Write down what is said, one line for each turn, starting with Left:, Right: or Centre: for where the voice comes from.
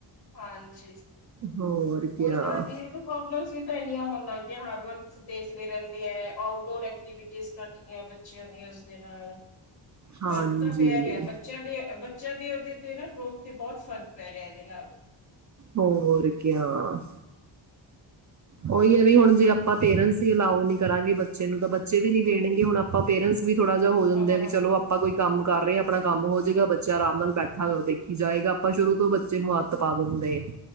Left: ਹਾਂਜੀ
Right: ਹੋਰ ਕਿਆ
Left: ਉਹੀ ਨਾ ਨਿਉਰੋ ਪ੍ਰੋਬਲਮਸ ਵੀ ਤਾਂ ਏਨੀਆਂ ਹੋਣ ਲੱਗ ਗਿਆਂ, ਹਰ ਵਕਤ ਦੇਖਦੇ ਰਹਿੰਦੇ ਆ ਆਊਟਡੋਰ ਐਕਟੀਵਿਟੀਜ਼ ਘੱਟ ਗਈਆਂ ਬੱਚਿਆਂ ਦੀ ਉਸਦੇ ਨਾਲ
Right: ਹਾਂਜੀ
Left: ਫ਼ਰਕ ਤਾਂ ਪੈ ਰਿਹਾ ਬੱਚਿਆਂ ਦੇ ਬੱਚਿਆਂ ਦੇ ਉਹਦੇ ਤੇ ਨਾ ਵੋਕ ਤੇ ਬਹੁਤ ਫ਼ਰਕ ਪੈ ਰਿਹਾ ਇਹਦੇ ਨਾਲ
Right: ਹੋਰ ਕਿਆ ਹਾਂ ਉਹੀ ਹੈ ਵੀ ਹੁਣ ਜੇ ਆਪਾਂ ਪੇਰੈਂਟਸ ਹੀ ਅਲਾਓ ਨੀ ਕਰਾਂਗੇ ਬੱਚੇ ਨੂੰ ਤਾਂ ਬੱਚੇ ਵੀ ਨੀ ਦੇਣਗੇ ਹੁਣ, ਆਪਾਂ ਪੇਰੈਂਟਸ ਵੀ ਥੋੜਾ ਜਹਾ ਹੋ ਜਾਂਦਾ
Left: ਹਾਂ
Right: ਵੀ ਚਲੋ ਆਪਾਂ ਕੋਈ ਕੰਮ ਕਰ ਰਹੇ ਅਪਣਾ ਕੰਮ ਹੋ ਜਾਏਗਾ, ਬੱਚਾ ਆਰਾਮ ਨਾਲ ਬੈਠਾ ਦੇਖੀ ਜਾਏਗਾ। ਆਪਾਂ ਸ਼ੁਰੂ ਤੋਂ ਬੱਚੇ ਨੂੰ ਆਦਤ ਪਾ ਦਿੰਦੇ